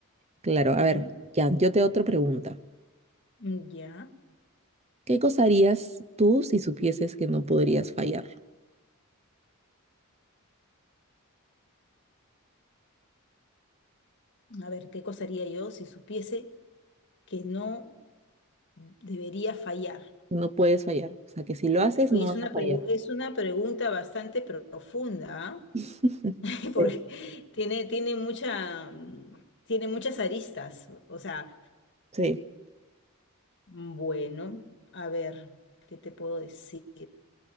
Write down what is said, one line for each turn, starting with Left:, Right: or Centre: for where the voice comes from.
Right: claro. A
Left: Ujú.
Right: ver, ya, yo te hago otra pregunta.
Left: Mm, Ya.
Right: ¿Qué cosa harías tú si supieses que no podrías fallar?
Left: A ver, ¿qué cosa haría yo si supiese que no debería fallar?
Right: No puedes fallar. O sea, que si lo haces,
Left: Oye,
Right: no
Left: es
Right: vas
Left: una,
Right: a fallar.
Left: pregu- es una pregunta bastante profunda, ¿ah?
Right: <laughs>
Left: <laughs> Porque
Right: Sí.
Left: tiene, tiene mucha, mm, tiene muchas aristas. O sea,
Right: Sí.
Left: bueno, a ver, ¿qué te puedo decir?